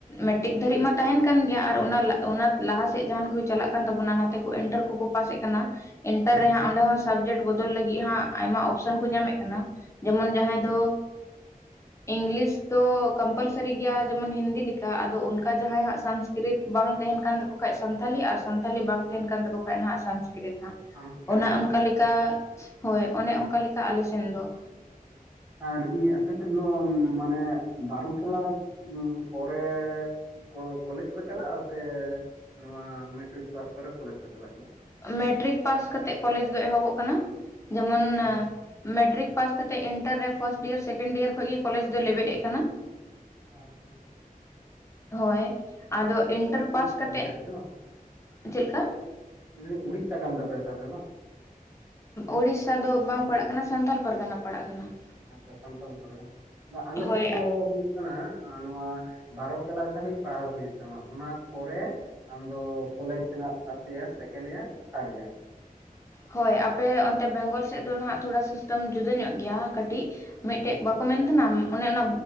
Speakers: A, on the left; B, on the right.
A: ᱢᱮᱴᱤᱠ ᱫᱷᱟᱹᱨᱤᱡ ᱢᱟ ᱛᱟᱦᱮᱱ ᱠᱟᱱ ᱜᱮᱭᱟ ᱟᱨ ᱚᱱᱟ ᱞ ᱚᱱᱟ ᱞᱟᱦᱟ ᱥᱮᱫ ᱡᱟᱦᱟᱱ ᱠᱚ ᱪᱟᱞᱟᱜ ᱠᱟᱱ ᱛᱟᱵᱚᱱᱟ ᱱᱟᱛᱮ ᱠᱚ ᱮᱱᱴᱟᱨ ᱠᱚᱠᱚ ᱯᱟᱥᱮᱫ ᱠᱟᱱᱟ ᱮᱱᱴᱟᱨ ᱨᱮᱦᱟᱸᱜ ᱚᱸᱰᱮ ᱦᱚᱸ ᱥᱟᱵᱡᱮᱴ ᱵᱚᱫᱚᱞ ᱞᱟᱹᱜᱤᱫ ᱦᱟᱸᱜ ᱟᱭᱢᱟ ᱚᱯᱥᱮᱱ ᱠᱚ ᱧᱟᱢᱮᱫ ᱠᱟᱱᱟ ᱡᱮᱢᱚᱱ ᱡᱟᱦᱟᱸᱭ ᱫᱚ ᱤᱝᱞᱤᱥ ᱫᱚ ᱠᱚᱢᱯᱟᱞᱥᱟᱨᱤ ᱜᱮᱭᱟ ᱡᱮᱢᱚᱱ ᱦᱤᱱᱫᱤ ᱞᱮᱠᱟ ᱟᱫᱚ ᱚᱱᱠᱟ ᱡᱟᱦᱟᱸᱭ ᱦᱟᱸᱜ ᱥᱟᱸ ᱥᱠᱨᱤᱛ ᱵᱟᱝ ᱛᱟᱦᱮᱱ ᱠᱟᱱ ᱛᱟᱠᱚ ᱠᱷᱟᱡ ᱥᱟᱱᱛᱷᱟᱞᱤ ᱟᱨ ᱥᱟᱱᱛᱷᱟᱞᱤ ᱵᱟᱝ ᱛᱟᱦᱮᱱ ᱠᱟᱱ ᱛᱟᱠᱚ ᱠᱷᱟᱡ ᱱᱟᱦᱟᱜ ᱥᱟᱝᱥᱠᱨᱤᱛ ᱦᱟᱸᱜ
B: ᱥᱚᱝᱥᱠᱨᱤᱛ
A: ᱾ ᱚᱱᱟ ᱚᱱᱠᱟᱞᱮᱠᱟ
B: ᱵᱟᱝ
A: ᱦᱳᱭ, ᱚᱱᱮ ᱚᱱᱠᱟᱞᱮᱠᱟ ᱟᱞᱮ ᱥᱮᱱ ᱫᱚ ᱾
B: ᱟᱨ ᱤ ᱟᱯᱮ ᱥᱮᱫ ᱫᱚ ᱢᱟᱱᱮ ᱵᱟᱨᱚ ᱠᱞᱟᱥ ᱯᱚᱨᱮᱻ ᱠᱚ ᱠᱚᱞᱮᱡᱽ ᱠᱚ ᱪᱟᱞᱟᱜᱼᱟ, ᱥᱮ ᱱᱚᱣᱟ ᱢᱮᱴᱨᱤᱠ ᱯᱟᱥ ᱯᱚᱨᱮ ᱠᱚᱞᱮᱡᱽ ᱯᱮ ᱪᱟᱞᱟᱜ ᱜᱮᱭᱟ?
A: ᱢᱮᱴᱨᱤᱠ ᱯᱟᱥ ᱠᱟᱛᱮᱜ ᱠᱚᱞᱮᱡ ᱫᱚ ᱮᱦᱚᱵᱚᱜ ᱠᱟᱱᱟ ᱡᱮᱢᱚᱱ
B: ᱚ
A: ᱢᱮᱴᱨᱤᱠ ᱯᱟᱥ ᱠᱟᱛᱮᱫ ᱤᱱᱴᱟᱹᱨ ᱨᱮ ᱯᱷᱟᱥᱴ ᱤᱭᱟᱨ ᱥᱮᱠᱮᱱᱰ ᱤᱭᱟᱹᱨ ᱠᱷᱚᱡ ᱜᱮ ᱠᱚᱞᱮᱡᱽ ᱫᱚᱭ ᱞᱮᱵᱮᱫ ᱮᱫ ᱠᱟᱱᱟ ᱾
B: ᱟᱨ ᱦᱚᱸ
A: ᱦᱳᱭ ᱟᱫᱚ ᱤᱱᱴᱟᱨ
B: ᱩᱲᱤᱥᱥᱟ
A: ᱯᱟᱥ ᱠᱟᱛᱮᱫ,
B: ᱠᱟᱱ ᱛᱟᱯᱮᱭᱟ
A: ᱪᱮᱫ ᱞᱮᱠᱟ?
B: <unintelligible> ᱩᱲᱤᱥᱟ ᱠᱟᱱ ᱛᱟᱯᱮᱭᱟ ᱛᱟᱦᱚᱞᱮ ᱵᱟᱝ?
A: ᱳᱲᱤᱥᱟ ᱫᱚ ᱵᱟᱝ ᱯᱟᱲᱟᱜ ᱠᱟᱱᱟ ᱥᱟᱱᱛᱟᱞ ᱯᱟᱨᱜᱟᱱᱟ ᱯᱟᱲᱟᱜ ᱠᱟᱱᱟ ᱾
B: ᱟᱪᱷᱟ ᱥᱟᱱᱛᱟᱞ ᱯᱟᱨᱜᱟᱱᱟ, ᱵᱟ ᱟᱞᱮ
A: ᱦᱳᱭ
B: ᱥᱮᱫ ᱫᱚ ᱠᱟᱱᱟ ᱱᱚᱣᱟ ᱵᱟᱨᱚ ᱠᱞᱟᱥ ᱫᱷᱟᱹᱵᱤᱡ ᱯᱟᱲᱦᱟᱣ ᱦᱩᱭᱩᱜ ᱛᱟᱢᱟ ᱚᱱᱟ ᱯᱚᱨᱮ ᱟᱢᱫᱚ ᱠᱚᱞᱮᱡᱽ ᱨᱮᱱᱟᱜ first year, second year, third year.
A: ᱦᱳᱭ ᱟᱯᱮ ᱚᱱᱛᱮ ᱵᱮᱝᱜᱚᱞ ᱥᱮᱫ ᱫᱚ ᱱᱟᱦᱟᱜ ᱛᱷᱚᱲᱟ ᱥᱤᱥᱴᱮᱢ ᱡᱩᱫᱟᱹ ᱧᱚᱜ ᱜᱮᱭᱟ ᱠᱟᱹᱴᱤᱡ ᱢᱤᱫᱴᱮᱡ ᱵᱟᱠᱚ ᱢᱮᱱ ᱛᱟᱦᱮᱱᱟ ᱚᱱᱮ ᱚᱱᱟ